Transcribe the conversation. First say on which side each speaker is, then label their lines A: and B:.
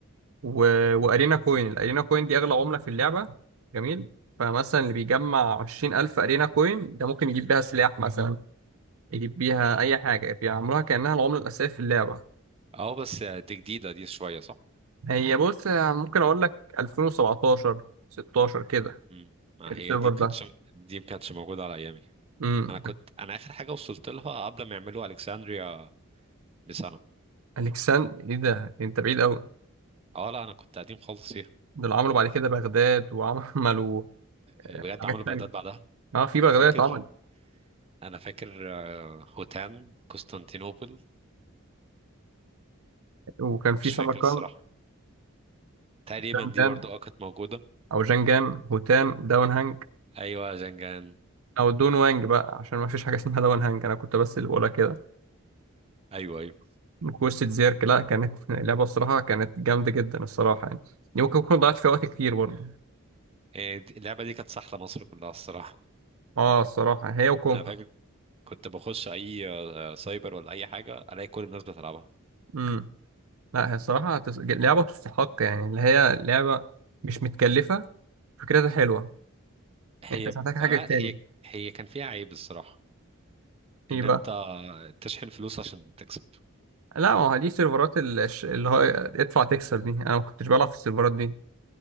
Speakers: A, on the right (about 80°); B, on the right (about 30°).
A: و... وارينا كوين الارينا كوين دي اغلى عمله في اللعبه جميل فمثلا اللي بيجمع 20000 ارينا كوين ده ممكن يجيب بيها سلاح مثلا يجيب بيها اي حاجه بيعملوها كانها العمله الاساسيه في اللعبه
B: اه بس آه، دي جديده دي شويه صح
A: هي بص ممكن اقول لك 2017 16 كده
B: امم ما
A: السيرفر
B: هي دي ما
A: ده
B: كانتش دي ما كانتش موجوده على ايامي
A: امم
B: انا كنت انا اخر حاجه وصلت لها قبل ما يعملوا الكسندريا بسنه
A: الكسان ايه ده انت بعيد قوي
B: اه لا انا كنت قديم خالص فيها
A: دول عملوا بعد كده بغداد وعملوا
B: بجد
A: حاجات
B: عملوا
A: تانية
B: بغداد بعدها
A: اه في بغداد
B: انا فاكر
A: اتعمل
B: انا فاكر آه، هوتان قسطنطينوبل
A: وكان في
B: مش
A: سمرقند
B: فاكر الصراحه تقريبا
A: جان
B: دي
A: جان
B: برضو اه كانت موجوده
A: او جنجان هوتان داون هانج.
B: ايوه زنجان
A: او دون وانج بقى عشان ما فيش حاجه اسمها دون هانج انا كنت بس اللي بقولها كده
B: ايوه ايوه
A: كوسة زيرك لا كانت <laughs> لعبه الصراحه كانت جامده جدا الصراحه يعني دي ممكن اكون ضيعت فيها وقت كتير برضه
B: إيه، دي- اللعبه دي كانت سحله مصر كلها الصراحه
A: اه الصراحه هي وكونكر
B: انا فاكر كنت بخش اي آه، آه، سايبر ولا اي حاجه الاقي كل الناس بتلعبها
A: امم لا هي الصراحه تس... لعبه تستحق يعني اللي هي لعبه مش متكلفه فكرتها حلوه
B: هي
A: يعني انت مش
B: بأما-
A: محتاج حاجه تاني
B: هي هي كان فيها عيب الصراحه
A: ايه
B: ان
A: بقى
B: انت تشحن فلوس عشان تكسب
A: لا ما هو دي سيرفرات ال- الش- اللي هو ادفع تكسب دي انا ما كنتش بلعب في السيرفرات دي